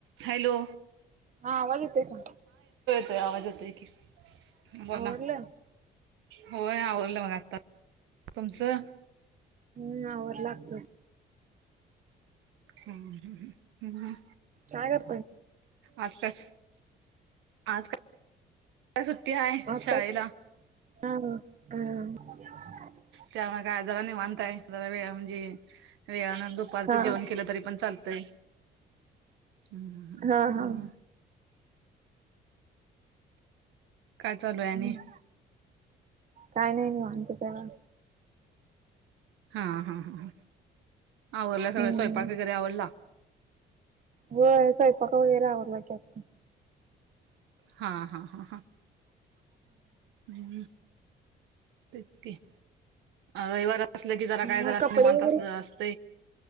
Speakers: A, on the right; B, on the right.
A: Hello.
B: हा आवाज येतोय का?
A: ताई आवाज येतोय की. बोला
B: आवरलं?
A: होय आवरलं मग आता तुमचं?
B: हम्म आवरलं आत्ताच.
A: हम्म हम्म हं हं.
B: काय करताय?
A: आत्ताच आज काय सुट्टी हाय
B: आज
A: शाळेला.
B: काय स <unintelligible>
A: त्यामुळं काय जरा निवांतय जरा वेळा म्हंजे वेळानं दुपारचं
B: हा हा
A: जेवण केलं तरी पण चालतंय.
B: <inaudible>
A: हम्म
B: हा
A: हम्म
B: हा
A: मग? काय चालू आहे आणि
B: हम्म काय नाही निवांतचय मग.
A: हां हां हां हां आवरलं
B: हम्म
A: सगळं स्वयंपाक वगैरे आवरला?
B: होय स्वयंपाक वगैरे आवरला की आत्ता.
A: हां हां हां हां. हम्म तेच की रविवार आ असलं की जरा काय
B: मग
A: जरा
B: कपडे
A: निवांत
B: वगैरे
A: असलं असत